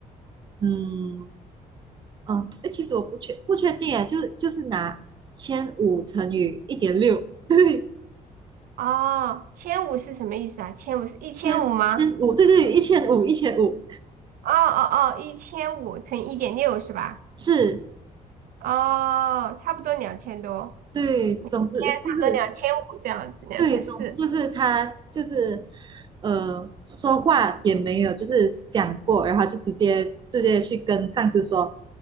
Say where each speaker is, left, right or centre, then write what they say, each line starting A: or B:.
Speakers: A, on the right; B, on the right.
A: 嗯嗯，呃哎，其实我不确不确定哎，就就是拿千五乘以一点六，对，
B: 哦，千五是什么意思啊？千五是一千五吗？
A: 千千五，对对，一千五，一千五，
B: 哦哦哦，一千五乘一点六是吧？
A: 是，
B: 哦，差不多两千多，
A: 对，总之就是
B: 现在差不多两千五这样子，两千四。
A: 对，总之就是他就是呃，说话也没有就是想过，然后就直接直接去跟上司说，